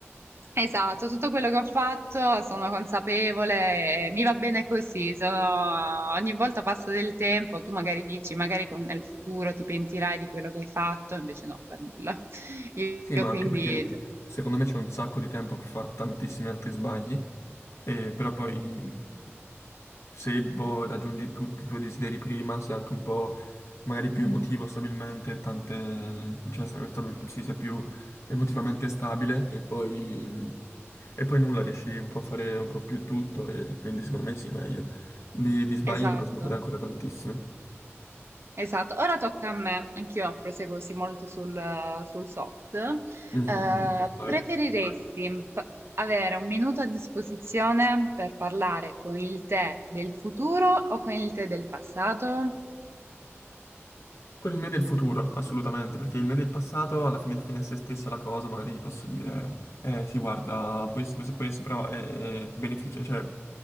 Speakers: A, on the right; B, on the left.
A: Esatto, tutto quello che ho fatto sono consapevole e mi va bene così. sono- Ogni volta passa del tempo, tu magari dici, magari con- nel futuro ti pentirai di quello che hai fatto, invece no, per nulla. <laughs> Io
B: Sì, ma anche
A: quindi,
B: perché secondo me c'è un sacco di tempo per fare tantissimi altri sbagli, e però poi se boh, raggiungi tutti i tuoi desideri prima, sei anche un po' magari più emotivo stabilmente, tante, cioè se- stabi- sì, sei più emotivamente stabile e poi, e poi nulla, riesci un po' a fare un po' più tutto e quindi secondo me sì, meglio. Di, di sbagli
A: esatto,
B: ne possiamo fare ancora tantissimi.
A: esatto. Ora tocca a me, anch'io proseguo così molto sul, sul soft.
B: Mhm,
A: Eh,
B: mhm. <laughs> Vai.
A: preferiresti p- avere un minuto a disposizione per parlare con il te del futuro o con il te del passato?
B: Con il me del futuro, assolutamente, perché il me del passato alla fine è fine a se stessa la cosa, magari gli posso dire, eh sì, guarda, questo, questo e questo, però è, è beneficia, cioè,